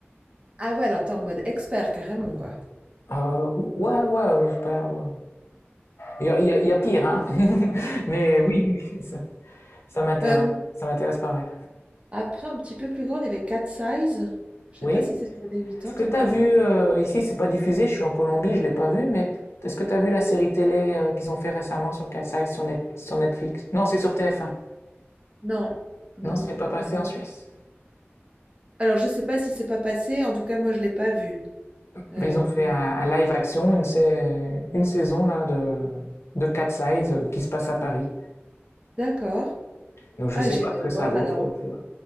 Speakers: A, on the right; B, on the left.
A: Ah ouais, alors t'es en mode expert carrément, quoi.
B: Euh, ouais, ouais, ouais, super, ouais. Il y a, il y a- il y a pire, hein. <laughs> Mais oui, oui, oui, ça, ça m'intéresse.
A: Hem,
B: Ça m'intéresse pas mal.
A: après un petit peu plus grande, il y avait Cat Size. Je sais
B: Oui.
A: pas si c'est les années 80
B: Est-ce que tu
A: encore?
B: as vu, euh, ici, c'est pas diffusé, je suis en Colombie, je l'ai pas vu, mais est-ce que tu as vu la série télé euh, qu'ils ont fait récemment sur Cat's Eyes, sur, Net- sur Netflix? Non, c'est sur TF1.
A: Non,
B: Non,
A: non,
B: c'est
A: j'ai
B: pas passé
A: pas regardé.
B: en Suisse.
A: Alors je sais pas si c'est pas passé, en tout cas moi je l'ai pas vu. Hem,
B: Mais ils ont fait un, un live action, une, sa- une saison là, de, de Cat's Eyes euh, qui se passe à Paris.
A: d'accord.
B: Donc je
A: Ah,
B: sais
A: j'irai
B: pas ce que ça
A: voir
B: vaut,
A: alors.
B: faut, faut voir.